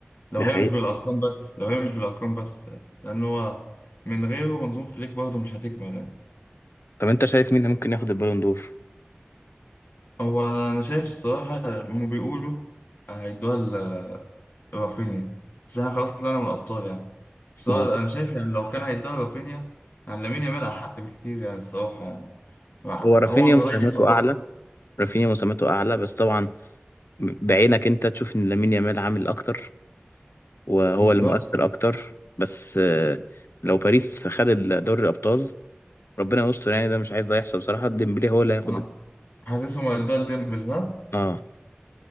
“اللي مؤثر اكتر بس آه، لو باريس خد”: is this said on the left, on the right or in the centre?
Left